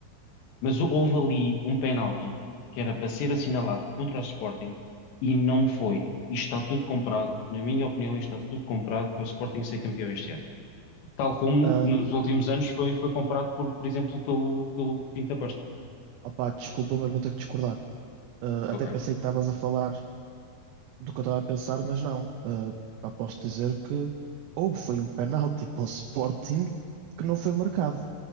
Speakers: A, on the left; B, on the right.
A: Mas houve ali um penalti que era para ser assinalado contra o Sporting e não foi. Isto está tudo comprado, na minha opinião, isto está tudo comprado para o Sporting ser campeão este ano. Tal como
B: Uh,
A: nos últimos anos foi, foi comprado, por, por exemplo, pelo, pelo Pinto da Costa.
B: opá, desculpa, mas vou ter que discordar. Uh, até
A: Ok. <laughs>
B: pensei que estavas a falar do que eu estava a pensar, mas não. Uh, pá, posso dizer que ou foi um penalti <laughs> para o Sporting que não foi marcado.